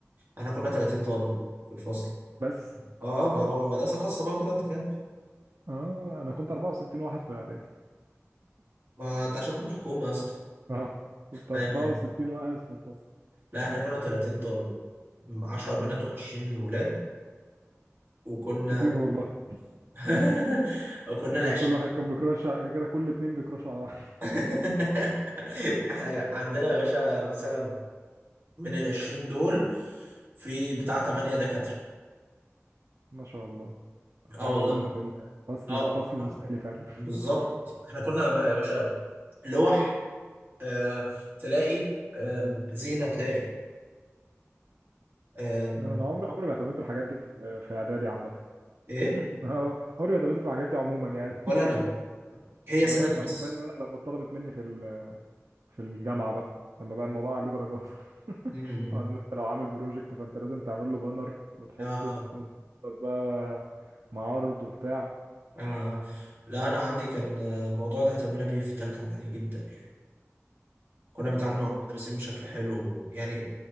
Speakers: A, on the right; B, on the right.
A: احنا كنا 30 طالب في الفصل
B: بس
A: اه ما هو المدرسة خاصة بقى وكده انت فاهم
B: اه انا كنت 64 واحد في الاعدادي
A: ما انت عشان كنت حكومة يا اسطى
B: اه كنت 64
A: ايوه
B: واحد في الفصل
A: لا احنا كنا 30 طالب 10 بنات
B: آه.
A: و20 ولاد وكنا
B: كتير والله
A: <laughs> وكنا ال
B: لما
A: 20
B: كل واحد كان بيكراش ع- يا كده كل اتنين بيكراشوا على واحد
A: <laughs> احنا عندنا يا باشا مثلا من ال 20 دول في بتاع 8 دكاترة
B: ما شاء الله حوار
A: اه والله
B: قمة في الفصل
A: اه
B: فصل مثالي
A: آه،
B: فعلا
A: بالظبط احنا كنا بقى يا باشا لوح آه تلاقي آم، زينة تلاقي آم،
B: <laughs> لا انا عمري عمري ما اعتمدت بالحاجات دي في في اعدادي عامة
A: ايه
B: <laughs> آه، عمري ما اعتمدت في الحاجات دي عموما يعني <laughs>
A: ولا انا هي
B: انا
A: السنه
B: بدأت
A: دي بس
B: اخد بالي منها لما اتطلبت مني في في الجامعة بقى لما بقى الموضوع عليه درجات <laughs>
A: امم
B: قال انت لو عامل بروجكت فانت لازم تعمل له بانر وتحطه
A: آه, آه,
B: وتحضر بقى معارض وبتاع
A: اه لا انا عندي كان آه، الموضوع ده اهتمينا بيه في ثالثه اعدادي جدا يعني كنا
B: ما
A: بنتعامل
B: شاء
A: مع
B: الله
A: المدرسين بشكل حلو يعني